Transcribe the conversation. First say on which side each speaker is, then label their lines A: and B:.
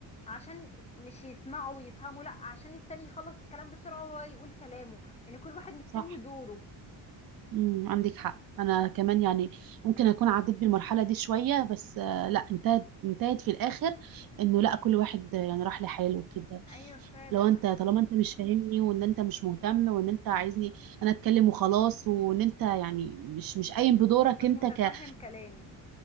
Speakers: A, on the left; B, on the right.
A: عشان مش يسمعوا ويفهموا لا عشان التاني يخلص الكلام بسرعة وهو يقول كلامه يعني كل واحد مستني
B: صح
A: دوره
B: امم عندك حق انا كمان يعني ممكن اكون عديت بالمرحله دي شويه بس آه، لا انتهت انتهت في الاخر انه لا كل واحد آه، يعني راح لحاله وكده
A: ايوه فعلا
B: لو انت
A: عش-
B: طالما انت مش فاهمني وان انت مش مهتم وان انت عايزني انا اتكلم وخلاص وان انت يعني مش مش قايم بدورك
A: مش
B: انت
A: متفهم
B: ك
A: كلامي